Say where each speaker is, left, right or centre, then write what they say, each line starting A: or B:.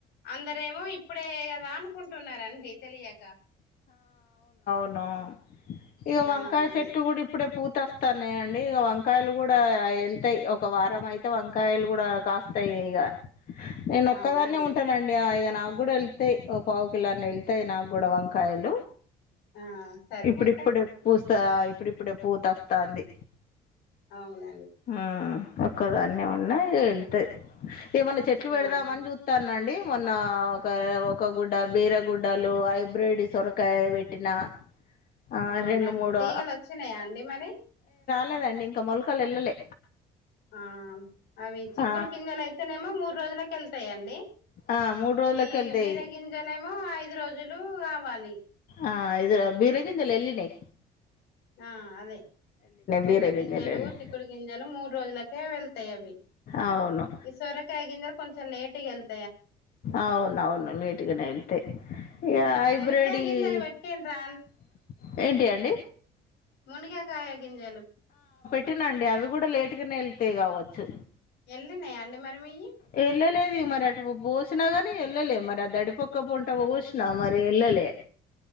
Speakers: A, on the left; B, on the left.
A: అందరేమో ఇప్పుడే అదా అనుకుంటున్న రండి తెలియక
B: నో ఇక
A: ఆ
B: వంకాయ
A: అదే
B: చెెట్లు కూడా ఇప్పుడే పూతస్తాన్నాయి అండి ఇక వంకాయలు కూడా వెళ్తాయి ఒక వారం అయితే వంకాయలు కూడా కాస్త ఇక నేను ఒక్కదానే
A: అవునా అండి
B: ఉంటా ఇక నాకు కూడా వెళ్తాయి ఒక పావు కిలో అన్ని వెళ్తాయి నాకు కూడా వంకాయలు
A: ఆ సరిపోతాయి
B: ఇప్పుడిప్పుడు పూస్తా ఇప్పుడిప్పుడే పూత వస్తాంది
A: అవును
B: ఉమ్ ఒక్కదాన్నే ఉన్నా వెళ్తే ఏమన్నా చెట్లు పెడదామని
A: ఆహా
B: చూస్తాన అండి మొన్న ఒక ఒక గుడ్డ బీరగుడ్డలు హైబ్రిడ్ సొరకాయ పెట్టిన ఆ
A: అవునండి
B: రెండు మూడు
A: తీగలు వచ్చినాయా అండి మరి
B: పెట్ట లేదండి ఇంకా మొలకలు వెల్లాలే
A: ఆ అవి చిక్కుడు
B: ఆ
A: గింజలు అయితేనేమో మూడు రోజుల కి వెళ్తాయండి
B: ఆ మూడు రోజులకి
A: ఈ
B: వెళ్తాయి
A: బీర గింజలు ఏమో ఐదు రోజులు కావాలి
B: ఆ ఇరు బిర గింజలు ఎలిన్నాయి
A: ఆ అదే బీర
B: బీరగింజలు
A: గింజలు
B: వెళ్ళి
A: చిక్కుడు గింజలు మూడు రోజులకే వెళతాయి అవి
B: అవును
A: ఈ సోరకాయ గింజలు కొంచెం లేటుగా ఎలాత్తాయి
B: అవును అవును లీట్గానే వెళ్తే ఇక హైబ్రెడి
A: మునక్కాయ గింజలు
B: ఇ
A: పెట్టిండ్రా
B: ఏంటి అండి
A: మునుగాకాయ గింజలు
B: పట్టినండి అవి కూడా లేటుగానే వెళ్తేయి కావచ్చు
A: వెళ్ళన్నాయా అండి మరి మీయి
B: వెళ్ళలేదు మరి అటు పోసినా గాని వెళ్ళలే మరి ఆ దడి పక్క పుంట పోసినా మరి వెళ్ళలే